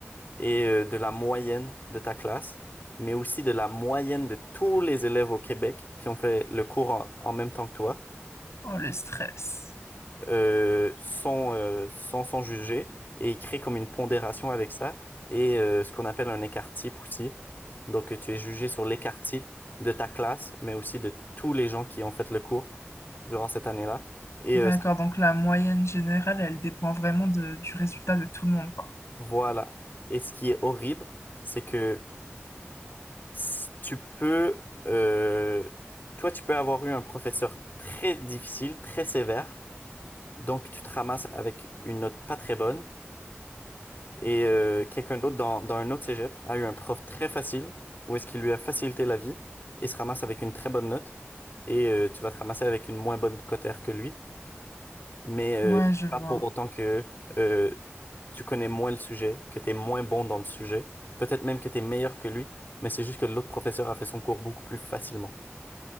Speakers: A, on the left; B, on the left.
A: et euh, de la moyenne de ta classe, mais aussi de la moyenne de tous les élèves au Québec qui ont fait le cours en en même temps que toi.
B: Oh, le stress.
A: euh, sans, euh, sans s'en juger et il crée comme une pondération avec ça et euh, ce qu'on appelle un écart-type aussi. Donc euh, tu es jugé sur l'écart-type de ta classe, mais aussi de tous les gens qui ont fait le cours durant cette année-là. Et
B: D'accord,
A: euh, ça-
B: donc la moyenne générale, elle dépend vraiment de- du résultat de tout le monde, quoi.
A: voilà. Et ce qui est horrible, c'est que s- tu peux, euh, toi, tu peux avoir eu un professeur très difficile, très sévère, donc tu te ramasses avec une note pas très bonne. Et euh, quelqu'un d'autre dans, dans un autre cégep a eu un prof très facile, où est-ce qu'il lui a facilité la vie et se ramasse avec une très bonne note. Et euh, tu vas te ramasser avec une moins bonne cotère que lui. Mais euh,
B: Ouais,
A: c'est
B: je vois.
A: pas pour autant que euh, tu connais moins le sujet, que tu es moins bon dans le sujet. Peut-être même que tu es meilleur que lui, mais c'est juste que l'autre professeur a fait son cours beaucoup plus facilement.